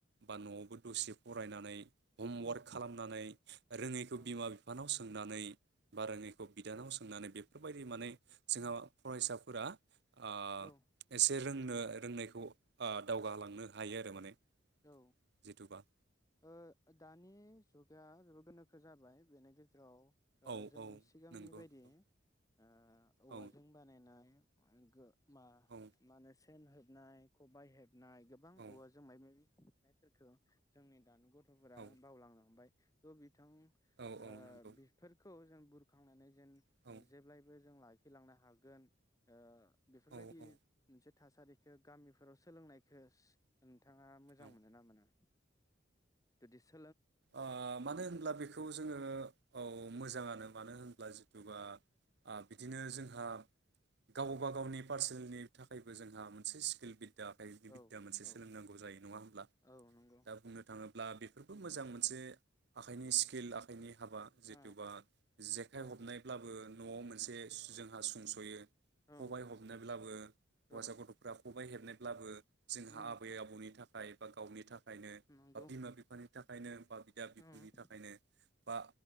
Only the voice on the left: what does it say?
उम
औ
उम
औ
औ
ओ दानि जुगा जो गोनोखो जाबाय बेनि गेजेराव ओ
जोंनि
सिगांनि
बायदि
ओ औवाजों
बानायनाय <unintelligible> मा
माने सेन हो नाय खबाय हेब नाय गोबां
औवाजों मायबा माइबि नायफोरखौ जोंनि दानि गथ' गथ'फोरा
बावलांनो हमबाय। थ' बि बिथां
ओ
बेफोरखौ जों बुरखांनानै जेन
जेब्लायबो जों लाख थैलांनो हागोन ओ बेफोरबायदि
मोनसे थासारिखौ गामिफोराव सोलोंनायखोस नोंथाङा मोजा मोजां
मोनो ना मोना? जुदि सो
औ
औ
औ नंगौ
ओ
औ
औ
औ
उम
नंगौ
उम